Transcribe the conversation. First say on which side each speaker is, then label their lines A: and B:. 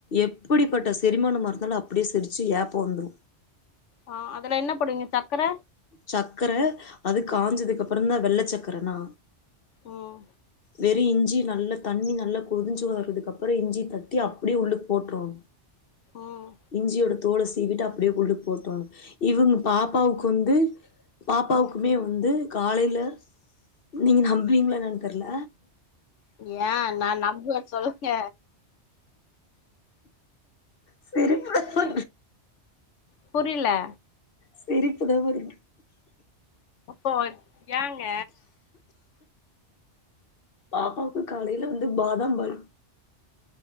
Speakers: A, on the left; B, on the left.
A: எப்படிப்பட்ட செரிமானமா இருந்தாலு அப்படியே செரிச்சு ஏப்ப வந்துரு
B: ஆ அதுல என்ன போடுவீங்க சக்கர
A: சக்கர அது காஞ்சதுக்கு அப்பறந்தா வெள்ள சக்கரனா
B: ம்
A: வெறு இஞ் ஞ்சி நல்லா தண்ணி நல்லா கொதிஞ்சு வறதுக்கப்பறொ இஞ்சி தட்டி அப்டியே உள்ளுக் போற்றோனு
B: ம்
A: இஞ்சியோட தோல சீவிட்டு அப்படியே கூள்ளுக் போட்றோணு இவங்க பாப்பாவுக்கு வந்து பாப்பாவுக்குமே
B: ம்
A: வந்து காலையில நீங்க நம்புவீங்களா என்னான் தெர்ல
B: ஏ நா நம்புவ சொல்லுங்க
A: சிரிப்பா <unintelligible>
B: புரில
A: சிரிப்புதா வருது.
B: போல் ஏங்க?
A: பாப்பாவுக்கு காலையில வந்து பாதாம்பால்